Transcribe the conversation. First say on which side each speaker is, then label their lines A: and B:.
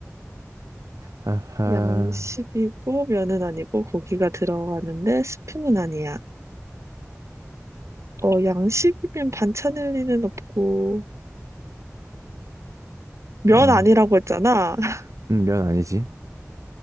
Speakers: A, on the right (about 85°); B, on the right (about 65°).
A: 아하,
B: 양식이고 면은 아니고 고기가 들어가는데 스프는 아니야. 어, 양식이면 반찬 일리는 없고 면
A: 아,
B: 아니라고 했잖아. <laughs>
A: 음, 면 아니지.